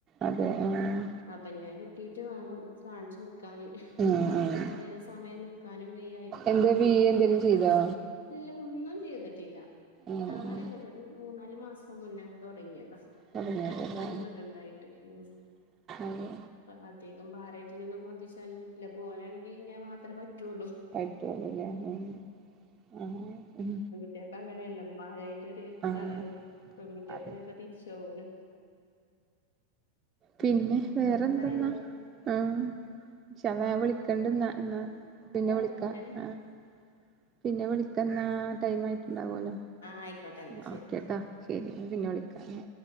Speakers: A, on the right (about 25°); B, on the left (about 65°).
A: അതെ ആഹ്
B: അപ്പഞ്ഞത് കിട്ടീട്ട് വാണം കാൺച്ചൊട്ക്കാന്
A: ആഹ്
B: ൻക്കാണെങ്കി
A: ആഹ്
B: കൊറേ സമയം ന്ക്കാനും വെയ്യാ ഇരിക്കാനും
A: എന്താ വീ
B: വെയ്യാ
A: എന്തേലും
B: അങ്ങൻത്താെരവസ്
A: ചെയ്തോ
B: ഇല്ല ഒന്നും ചെയ്തിട്ടില്ല
A: ഉം
B: തങ്ങനങ്ങട്ട്
A: ഉം
B: ഒര് മൂന്നാല് മാസം മുന്നേണ്ട് താെടങ്ങിയതാ
A: തുടങ്ങിയതല്ലേ
B: പെട്ടെന്ന് ങ്ങെട്ട്ണ്ടായിട്ട് ഉം
A: അതെ
B: അധികം ബാരേറ്റില്ലതൊന്നും പൊന്തിച്ചാനും പറ്റില്ല ഇപ്പാേനാണെങ്കി ഇന്നെ മാത്രേ പറ്റു ഒള്ളൂ
A: പറ്റോള്ളൂലേ ഉം ആഹ് ഉം
B: കുട്ട്യാക്കങ്ങനെയല്ലാെ മ്മാരായ്റ്റാെര്
A: ആഹ്
B: താണല്ലോ പെങ്കുട്ട്യാക്ക്
A: അതെ
B: നേരെ തിര്ച്ചാവോലോ
A: പിന്നെ
B: ഉം
A: വേറെന്തെന്നാ
B: ഏതായാലും
A: ആഹ് ഇന്ഷാ അല്ലാഹ് ഞാൻ വിളിക്കണ്ട്ന്നാ ഇന്നാ പിന്നെ
B: അല്ല
A: വിളിക്കാ
B: ഏ
A: ആഹ് പിന്നെ വിളിക്കെന്നാ ടൈമായിട്ട്ണ്ടാവാെല്ലോ
B: ആഹ് ആയിക്കോട്ടെ എന്നാ
A: ന്നാ
B: ശരി
A: ഓക്കെട്ടാ ശെരി ഞാൻ പിന്നെ വിളിക്കാ